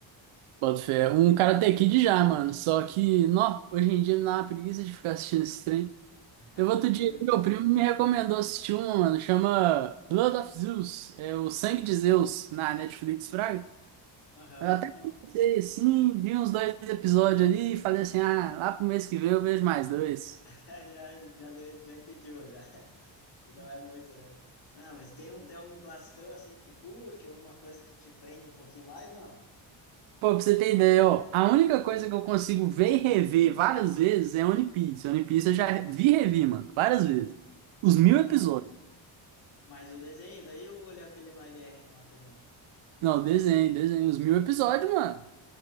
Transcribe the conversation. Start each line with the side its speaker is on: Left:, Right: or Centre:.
Right: Bota fé, um Karate Kid já, mano, só que, nó, hoje em dia me dá uma preguiça de ficar assistindo esse trem.
Left: <laughs> Ah,
Right: Eu vou outro
Left: não
Right: dia,
Left: curte.
Right: meu primo me recomendou assistir uma, mano, chama Blood of Zeus, é o Sangue de Zeus, na Netflix, fraga.
Left: Aham,
Right: Eu até comecei,
Left: não.
Right: assim, vi uns dois episódios ali e falei assim, ah, lá pro mês que vem eu vejo mais dois.
Left: <laughs> Já, já, deu- já entendeu, já. <laughs> Tu não é muito, né? Não, mas tem, um- tem algum classicão assim que tu curte, ou uma coisa que te prende um pouquinho mais, não?
Right: Pô, pra você ter ideia, ó, a única coisa que eu consigo ver e rever várias vezes é One Piece. One Piece eu já vi e revi, mano, várias vezes. Os mil
Left: Ah,
Right: episódios.
Left: mas o desenho, daí eu olho aquele live action lá também.
Right: Não, desenho, desenho, os mil episódios, mano.